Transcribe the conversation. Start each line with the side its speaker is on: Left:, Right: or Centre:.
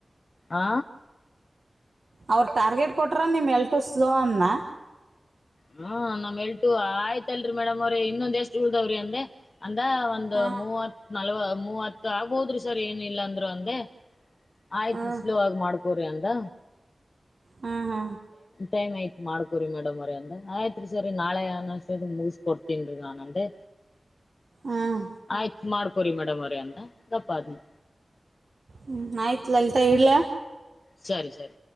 Left: ಆ
Right: ಅವ್ರ ಟಾರ್ಗೆಟ್ ಕೊಟ್ರ ನಿಮ್ ಎಲ್ಟು ಸ್ಲೋ ಅನ್ನ
Left: ಹ್ಮ ನಮ್ ಎಲ್ಟು ಆಯ್ತಲ್ರಿ ಮೇಡಮ್ ಅವ್ರ ಇನ್ನೊಂದ್ ಎಷ್ಟ್ ಉಳ್ದಾವ್ರಿ ಅಂದೆ ಅಂದ ಒಂದು
Right: ಹಾಂ
Left: ಮೂವ ನಲ್ವ ಮೂವತ್ತು ಆಗ್ಬೋದ್ರಿ ಸರ್ ಏನ ಇಲ್ಲಾ ಅಂದ್ರರು ಅಂದೆ ಆಯ್ತ್ು
Right: ಹಾಂ
Left: ಸ್ಲೋ ಆಗ ಮಾಡ್ಕ ಗರೆಯಿಂದ
Right: ಹ್ಮ್ ಹ್ಮ
Left: ಟೈಮ್ ಆಯ್ತ್ ಮಾಡ್ಕೋರಿ ಮೇಡಮ್ರಿ ಅಂದ ಆಯ್ತ್ ರರಿ ಸರಿ ನಾಳೆ ಅನ ಮುಗಿಸಕೊಡ್ತೀನ್ ರೀ ನಾನನ್ ಅೆ
Right: ಹಾಂ
Left: ಆಯ್ತು ಮಾಡ್ಕೊರಿ ಮೇಡಮ್ ಅವರಿ ಅಂತ ದಪ್ಪ್ನ
Right: ಹ್ಮ್ ಆಯ್ತ್ಲಲ್ತಾ ಇಲ
Left: ಸರಿ ಸರಿ